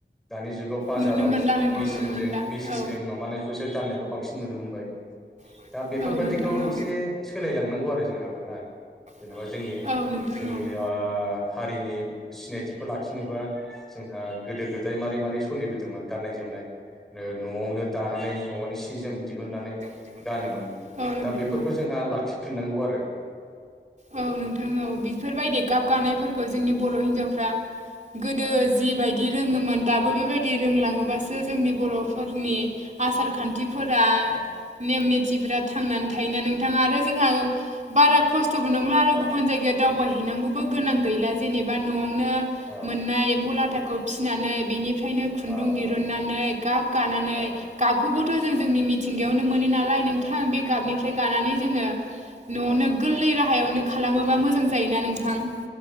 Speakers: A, in the centre; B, on the right (about 40°).
A: दानि जुगाव बाजाराव
B: नुनो मोनला नोंथां
A: मेसिनजों
B: नुनो मोनला
A: मेसिनजों
B: औ
A: माबानायखौसो गाननायखौ बांसिन नुनो मोनबाय
B: मोनबाय
A: दा बेफोरबादिखौ
B: औ नोंथां औ
A: एसे सोलायलांनांगौ आरो जोंहफोर ना जेनेबा
B: ना
A: जोंनि
B: औ नोंथां
A: जोंनि
B: औ
A: हारिनि सिनायथिखौ लाखिनोबा जोंहा गोदो गोदायमारि मारै सोलिबोदोंमोन गाननाय जोमनाय नआवनो दानानै ननि सि जोम दिहुननानै
B: दिहुननानै
A: गानोमोन, दा
B: गानोमोन
A: बेफोरखौ जोंहा लाखिफिननांगौ आरो।
B: औ नोंथां औ बेफोरबायदि गाब
A: औ
B: गानायफोरखौ जोंनि बर हिन्जावफ्रा गोदो
A: औ
B: जिबायदि रोङोमोन दाबो बेबायदि रोंलाङोबासो जोंनि बर फोरनि आसार-खान्थिफोरा,
A: औ
B: नेम निथिफोरा थांनानै थायोना नोंथाङा आरो जों बारा खस्थ थबो नंला आरो
A: औ
B: गुबुन जायगायाव दावबायहैनांगौबो गोनां गैला जेनोबा नआवनो
A: औ
B: मोननाय लाथाखौ फिसिनानै बेनिफ्रायनो खुन्दुं
A: औ
B: दिरुनानै गाब गानानै
A: औ
B: गाबखौबो थ जों जोंनि मिथिंगायावनो मोनो नालाय नोंथां
A: औ
B: बे गाबनिफ्राय गानानै जोंङो न'आवनो
A: औ
B: गोरलै राहायावनो खालामोबा मोजां जायोना नोंथां?